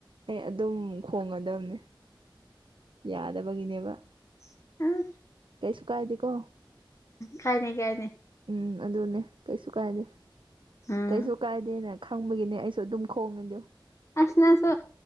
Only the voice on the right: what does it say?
ꯑꯩ ꯑꯗꯨꯝ ꯈꯣꯡꯉꯗꯝꯅꯦ ꯌꯥꯗꯕꯒꯤꯅꯦꯕ
ꯀꯩꯁꯨ ꯀꯥꯏꯗꯦꯀꯣ
ꯎꯝ ꯑꯗꯨꯅꯦ ꯀꯩꯁꯨ ꯀꯥꯏꯗꯦ
ꯀꯩꯁꯨ ꯀꯥꯏꯗꯦꯅ ꯈꯪ ꯃꯣꯢꯒꯤꯅꯦ ꯑꯩꯁꯨ ꯑꯗꯨꯝ ꯈꯣꯡꯉꯤꯗꯣ